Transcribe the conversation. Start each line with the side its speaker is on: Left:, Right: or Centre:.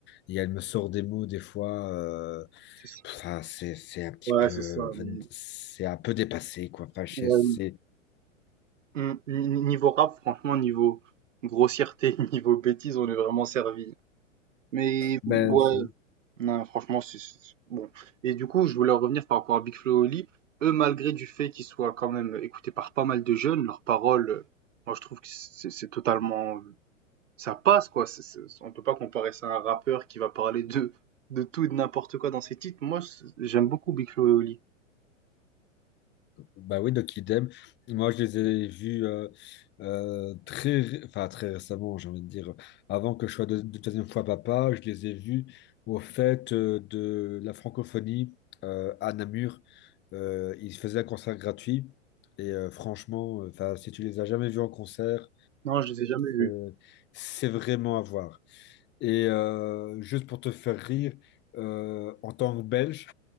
Left: Et elle me sort des mots des fois. euh,
Right: c'est ça.
Left: pff, ah, c'est, c'est un petit
Right: ouais
Left: peu,
Right: c'est ça. Mais,
Left: c'est un peu dépassé, quoi. Enfin, c'est,
Right: ouais,
Left: c'est-
Right: mm, ni- niveau rap franchement niveau grossièreté, <laughs> niveau bêtise on est vraiment servi. Mais
Left: ben,
Right: ouais
Left: enfin,
Right: Non, franchement, c'est c'est- bon. Et du coup, je voulais en revenir par rapport à Big Flo et Oli. Eux, malgré du fait qu'ils soient quand même écoutés par pas mal de jeunes, leurs paroles, euh, moi, je trouve que c'est c'est totalement, ça passe, quoi. C'est- c'est- on peut pas comparer ça à un rappeur qui va parler de, de tout et de n'importe quoi dans ses titres. Moi, c'est- j'aime beaucoup Big Flo et Oli.
Left: Bah oui, donc idem. Moi, je les ai vus euh, euh, très, ré- enfin, très récemment, j'ai envie de dire. Avant que je sois deux, deuxième fois papa, je les ai vus au fait euh, de la francophonie euh, à Namur. Euh, ils faisaient un concert gratuit. Et euh, franchement, euh, enfin, si tu les as jamais vus en concert,
Right: Non, je les ai jamais vus.
Left: euh, c'est vraiment à voir. Et euh, juste pour te faire rire, euh, en tant que Belge,